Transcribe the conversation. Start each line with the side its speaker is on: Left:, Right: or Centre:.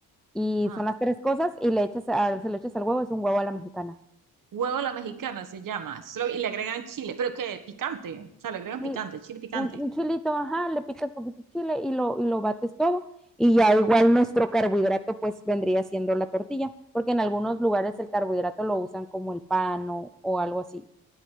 Right: <laughs>
Centre: y
Right: Ajá.
Centre: son las tres cosas y le echas a- se lo echas al huevo, es un huevo a la mexicana.
Right: Huevo a la mexicana se llama, solo- y le agregan chile, pero que picante, o sea, le agregan
Centre: Y
Right: picante, chile picante.
Centre: un, un chilito, ajá, le picas poquito chile y lo, y lo bates todo. Y ya igual nuestro carbohidrato pues vendría siendo la tortilla, porque en algunos lugares el carbohidrato lo usan como el pan o, o algo así.